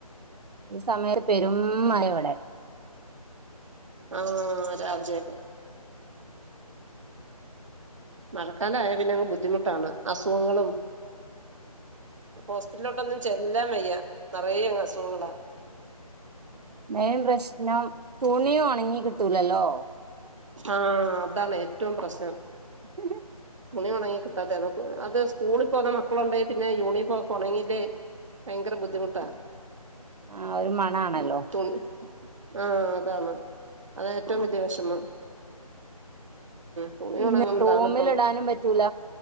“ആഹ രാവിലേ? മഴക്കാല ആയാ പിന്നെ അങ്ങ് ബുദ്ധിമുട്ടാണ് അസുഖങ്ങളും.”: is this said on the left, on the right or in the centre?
Right